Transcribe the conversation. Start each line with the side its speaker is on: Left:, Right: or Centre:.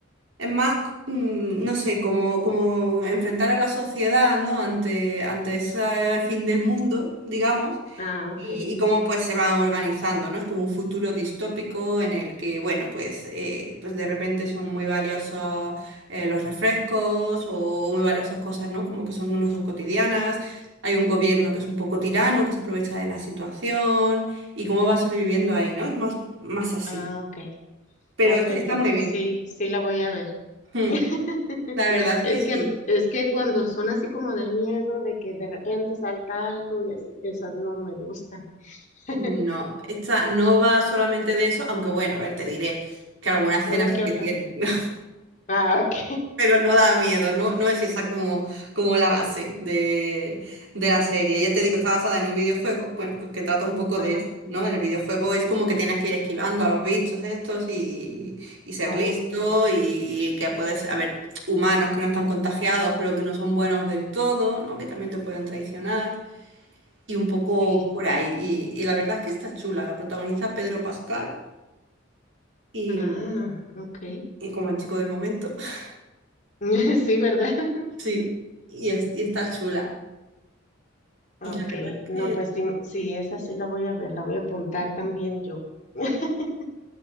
Right: Es más, mm, no sé, como, como enfrentar a la sociedad, ¿no? Ante, ante ese fin del mundo, digamos,
Left: Ah, ok.
Right: y, y cómo
Left: ujú.
Right: pues se van organizando, ¿no? Es como un futuro distópico en el que, bueno, pues, eh, pues de repente son muy valiosos eh, los refrescos o muy valiosas cosas, ¿no? Como que son, no son cotidianas. Hay un gobierno que es un poco tirano, que se aprovecha de la situación y cómo van sobreviviendo ahí, ¿no? Es más, más así.
Left: Ah, ok.
Right: Pero
Left: Ah, ok,
Right: está,
Left: entonces
Right: está muy bien.
Left: sí, sí la voy a ver.
Right: Mm,
Left: <laughs>
Right: La verdad es
Left: Es
Right: que sí.
Left: que, es que cuando son así como de miedo, de que de repente salta algo y así, esas no me gustan. <laughs>
Right: No, esta no va solamente de eso, aunque bueno, a ver, te diré que algunas cenas
Left: Una que
Right: sí que
Left: otra.
Right: tienen, <laughs> ¿no?
Left: Ah, ok.
Right: Pero no da miedo, no, no es esa como, como la base de, de la serie. Ya te digo, está basada en un videojuego, bueno, pues que trata un poco
Left: <laughs>
Right: de
Left: Ajá.
Right: eso, ¿no? El videojuego es como que tienes que ir esquivando a los bichos estos y, y ser
Left: Oh,
Right: listo y, que puedes, a ver, humanos que no están contagiados, pero que no son buenos del todo, ¿no? Que también te pueden traicionar y un poco
Left: sí.
Right: por ahí. Y, y la verdad es que está chula. La protagoniza Pedro Pascal y,
Left: Ah, ok.
Right: y como el chico del momento. <laughs>
Left: <laughs> Sí, ¿verdad? <laughs>
Right: Sí, y, es- y está chula. Y
Left: Ok.
Right: la verdad es
Left: No,
Right: que,
Left: pues sí, sí, esa sí la voy a ver, la voy a apuntar también yo. <laughs>